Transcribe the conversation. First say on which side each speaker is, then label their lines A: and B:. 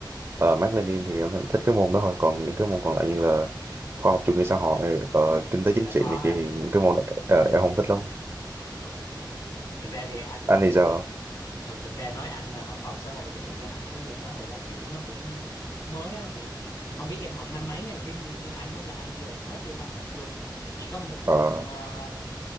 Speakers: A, on the right; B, on the left.
A: Ờ, Mác Lênin thì em thích cái môn đó thôi còn những cái môn còn lại như là khoa học chủ nghĩa xã hội ờ, kinh tế
B: thì
A: chính
B: là
A: trị
B: khó
A: này
B: ha
A: kia thì những cái môn đó, ờ, em không thích lắm
B: ờ thực ra thì anh
A: anh
B: á,
A: thì giờ
B: ừ, thực ra nói anh là học khoa học xã hội chứ thực ra học mấy môn đó hồi đó kiểu nó cũng cũng mới á kiểu không biết em học năm mấy nha chứ như như anh đó là anh dồn hết vô năm một luôn chỉ có một cái
A: ờ
B: môn ờ,